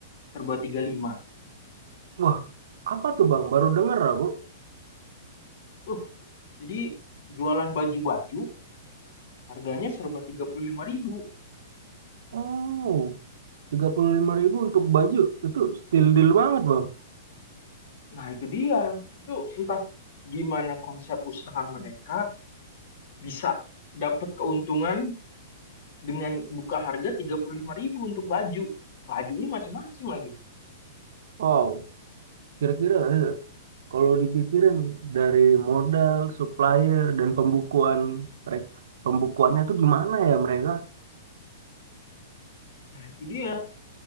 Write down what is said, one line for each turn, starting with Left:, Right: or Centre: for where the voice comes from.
Left: serba tiga puluh lima,
Right: Wah, apa tuh Bang? Baru denger aku.
Left: Uh, jadi jualan baju-baju harganya serba tiga puluh lima ribu,
Right: Oh, tiga puluh lima ribu untuk baju, itu still deal banget Bang.
Left: Nah, itu dia. Itu entah gimana konsep usaha mereka bisa dapat keuntungan dengan buka harga tiga puluh lima ribu untuk baju. Bajunya macam-macam lagi.
Right: Wow, kira-kira eh, kalau dipikirin dari modal, supplier, dan pembukuan, merek- pembukuannya itu gimana ya mereka?
Left: Nah, itu dia.